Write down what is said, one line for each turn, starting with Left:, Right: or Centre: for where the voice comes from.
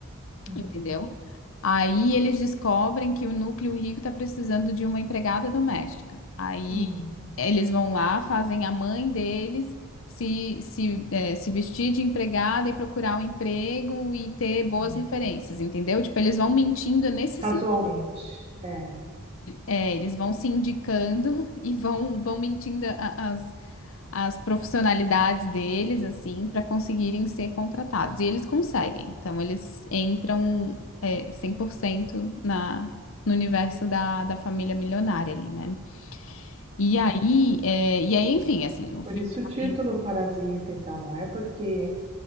Right: Hum,
Left: entendeu? Aí eles descobrem que o núcleo rico está precisando de uma empregada doméstica. Aí
Right: hum,
Left: eles vão lá, fazem a mãe deles se, se, é, se vestir de empregada e procurar um emprego e ter boas
Right: hum.
Left: referências, entendeu? Tipo, eles vão mentindo nesse
Right: Casualmente,
Left: sentido.
Right: é.
Left: É, eles vão se indicando <laughs> e vão, vão mentindo a- as, as profissionalidades deles, assim, para conseguirem ser contratados. E eles conseguem. Então, eles entram, é, 100% na, no universo da, da família milionária ali, né? E
Right: É.
Left: aí, é, e aí, enfim, assim, o
Right: Por
Left: filme.
Right: isso o
Left: vai
Right: título Parasita, então, não é porque